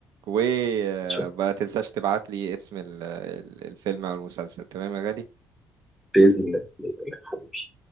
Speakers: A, on the right; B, in the centre.
A: وما
B: إن شاء الله.
A: تنساش تبعت لي اسم ال- ال- الفيلم او المسلسل تمام يا غالي
B: بإذن الله بإذن الله حبيبي